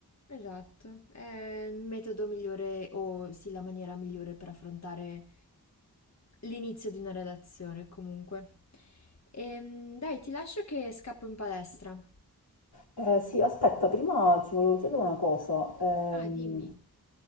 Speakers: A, on the left; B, on the left.
A: Esatto, è il metodo migliore o sì, la maniera migliore per affrontare l'inizio di una relazione comunque. Ehm, dai, ti lascio che scappo in palestra.
B: Eh, sì, aspetta, prima ti volevo chiedere una cosa. Ehm,
A: Ah, dimmi.